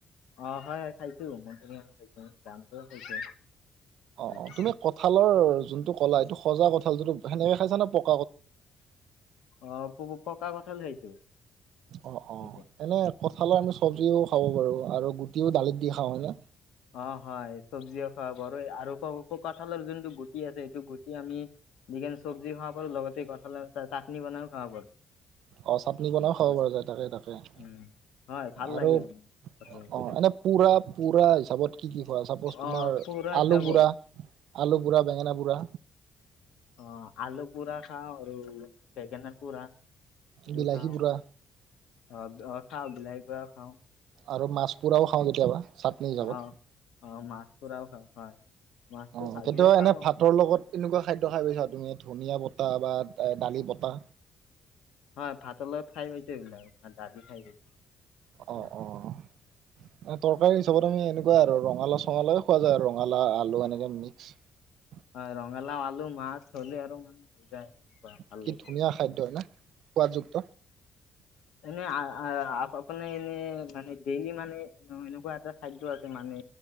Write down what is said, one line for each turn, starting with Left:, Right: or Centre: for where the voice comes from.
Left: অ হয় হয় খাইছো মধুৰি আম খাইছো জামটো খাইছো
Right: অ
Left: এইয়া।
Right: অ তুমি কঁঠালৰ যোনটো কলা সেইটো সজা কঁঠাল যিটো সেনেকে খাইছা নে পক
Left: অ প-পকা কঠাল খাইছো।
Right: অ অ
Left: সেইটো
Right: এনে কঠালৰ আমি চব্জিও খাব পাৰো আৰু গুটিও দালিত দি খাওঁ হয় ন
Left: অ হয় চব্জিও খাব পাৰো আৰু ক-ক-কঁঠালৰ যোনটো গুট কি আছে এইটো গুটি আমি যিকোনো চব্জি খাব পাৰোঁ লগতে কঁঠাল চাটনি বনাইও খাব পাৰো।
Right: অ চাটনি
Left: এইটো
Right: বনাইও খাব
Left: গুট।
Right: পাৰো যায় তাকে তাকে অ
Left: উম হয় ভাল
Right: আৰু
Left: লাগে মানে কঁঠালৰ গুটি
Right: অ
Left: খাই
Right: এনে পুৰা পুৰা হিচাপত কি কি খোৱা চাপ'জ তোমাৰ
Left: অ পুৰা হিচাপত
Right: আলু পোৰা আলু পোৰা বেঙেনা পোৰা
Left: অ আলু পুৰা খাও আৰু বেগেনাৰ পুৰা সেইটো
Right: বিলাহী
Left: খাওঁ
Right: পুৰা
Left: অ অ খাওঁ বিলাহীৰ পৰা খাওঁ।
Right: আৰু মাছ পোৰাও খাওঁ কেতিয়াবা। চাটনি হিচাপত
Left: অ অ মাছ পৰাও খাওঁ হয় মাছটো
Right: অ
Left: ভাজিও
Right: কেতিয়াবা
Left: খাওঁ
Right: এনে ভাতৰ লগত এনেকুৱা খাদ্য খাই পাইছা তুমি ধুনীয়া বতা বা দালি বতা
Left: হয় ভাতৰ লগত খাই পাইছো এইবিলাক। দালি খাই পাইছো এইবিলাক
Right: অ অ তৰকাৰী হিচাপত আমি এনেকুৱা আৰু ৰঙালা চঙলাও খোৱা যায় আৰু ৰঙালা আলু এনেকে মিক্স।
Left: হয়, ৰঙালাও আলু মাছ হ'লে আৰু হৈ যায় এনেকুৱা ভাল
Right: কি
Left: লাগে।
Right: ধুনীয়া খাদ্য হয় না। সোৱাদযুক্ত
Left: এনে আপোনি এনে, মানে ডেইলি মানে এনেকুৱা এটা খাদ্য আছে। মানে